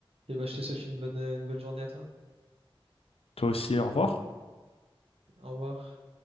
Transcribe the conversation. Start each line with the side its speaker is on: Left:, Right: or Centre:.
Right: Et bah, je te souhaite une bonne, une bonne journée à toi.
Left: Toi aussi, au revoir.
Right: Au revoir.